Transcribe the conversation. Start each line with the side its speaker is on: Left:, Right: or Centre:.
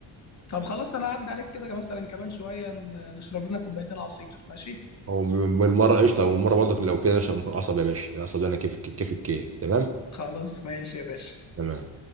Left: طب خلاص انا هعدي عليك كده مثلا كمان شوية ن- نشرب لنا كوبايتين عصير ماشي
Right: هو م- والمره قشطه والمره برضه لو كده عشان ممكن قصب يا باشا القصب ده انا كيف كيف الكيف تمام
Left: خلاص ماشي يا باشا
Right: تمام